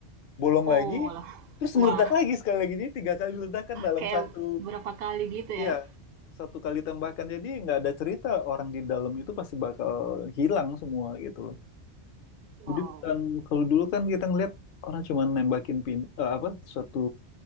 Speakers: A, on the left (about 60°); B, on the right (about 65°).
A: bolong
B: oh
A: lagi,
B: lah
A: terus meledak
B: wah
A: lagi sekali lagi. Jadi tiga kali ledakan dalam
B: kayak
A: satu,
B: berapa kali gitu ya
A: iya, satu kali tembakan. Jadi nggak ada cerita orang di dalam itu pasti bakal hilang semua gitu.
B: wow
A: Jadi bukan kalau dulu kan kita ngelihat orang cuma nembakin pin eh, apa suatu